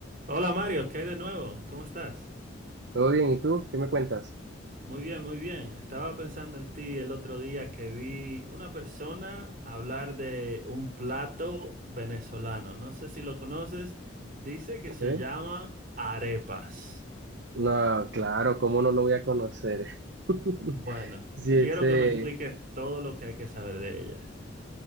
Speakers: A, on the right; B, on the right.
A: Hola Mario, ¿qué hay de nuevo? ¿Cómo estás?
B: ¿Todo bien? ¿Y tú? ¿Qué me cuentas?
A: Muy bien, muy bien. Estaba pensando en ti el otro día que vi una persona hablar de un plato venezolano. No sé si lo conoces. Dice que
B: ¿Ok?
A: se llama arepas.
B: No, claro, ¿cómo no lo voy a conocer? <laughs>
A: Bueno,
B: Sí, ese...
A: quiero que me expliques todo lo que hay que saber de ellas.